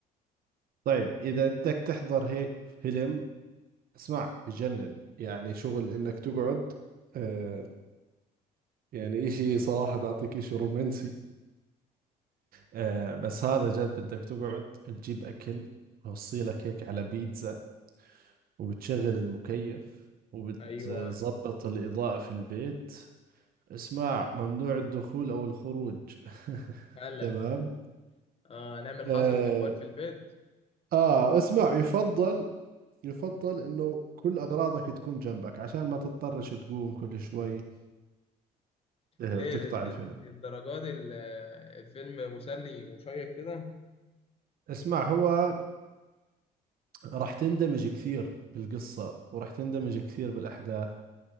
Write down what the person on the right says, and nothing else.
طيب اذا بدك تحضر هيك فيلم اسمع بجنن يعني شغل انك تقعد أه يعني اشي صراحة بعطيك اشي رومانسي أه بس هذا جد بدك تقعد تجيب اكل وصيلك هيك على بيتزا وبتشغل المكيف وبتظبط
الإضاءة في البيت اسماع ممنوع الدخول أو الخروج <laughs>
تمام
آه,
آه اسمع يفضل يفضل إنه كل أغراضك تكون جنبك عشان ما تضطرش تقوم كل شوي آه
وتقطع
الفيلم
اسمع هو راح تندمج كثير بالقصة وراح تندمج كثير بالأحداث